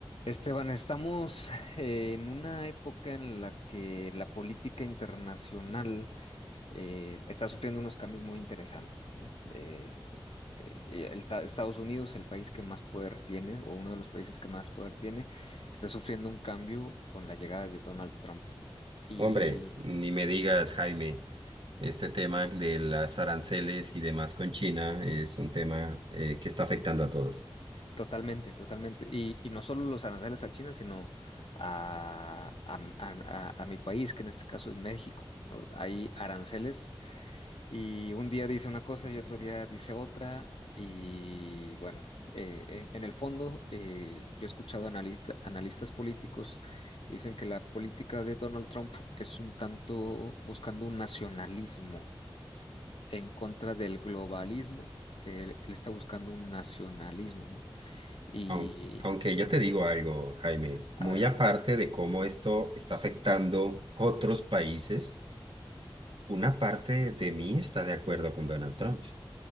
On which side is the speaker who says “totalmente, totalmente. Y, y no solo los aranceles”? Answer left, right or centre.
Left